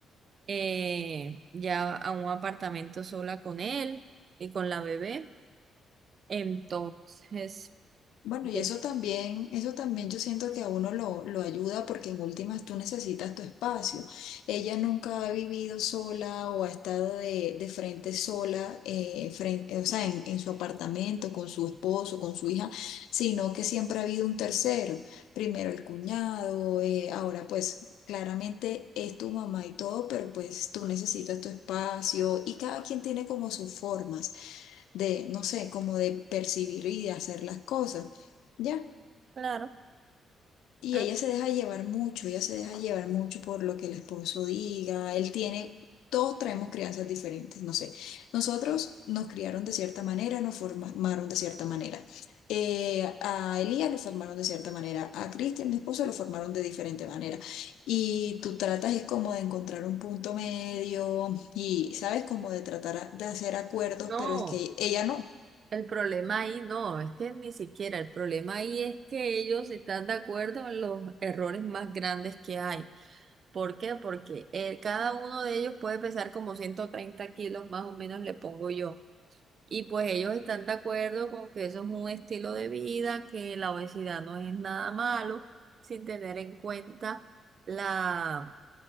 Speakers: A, on the right; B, on the left.
A: eh, ya a un apartamento sola con él y con la bebé, entonces,
B: Bueno,
A: yo-
B: y eso también, eso también yo siento que a uno lo, lo ayuda porque en últimas tú necesitas tu espacio. Ella nunca ha vivido sola o ha estado de, de frente sola, eh, frente, o sea, en, en su apartamento, con su esposo, con su hija, sino que siempre ha habido un tercero. Primero el cuñado, eh, ahora pues claramente es tu mamá y todo, pero pues tú necesitas tu espacio y cada quien tiene como sus formas de, no sé, como de percibir y de hacer las cosas, ¿ya?
A: claro.
B: Y
A: Ah,
B: ella se deja llevar mucho, ella se deja llevar mucho por lo que el esposo diga, él tiene, todos traemos crianzas diferentes, no sé, nosotros nos criaron de cierta manera, nos formaron de cierta manera. Eh, a Elías lo formaron de cierta manera, a Cristian, mi esposo, lo formaron de diferente manera. Y tú tratas es como de encontrar un punto medio y sabes como de tratar a- de hacer acuerdos,
A: No,
B: pero es que ella no.
A: El problema ahí no, es que ni siquiera, el problema ahí es que ellos están de acuerdo en los errores más grandes que hay. ¿Por qué? Porque eh, cada uno de ellos puede pesar como 130 kilos, más o menos le pongo yo. Y pues ellos están de acuerdo con que eso es un estilo de vida, que la obesidad no es nada malo, sin tener en cuenta la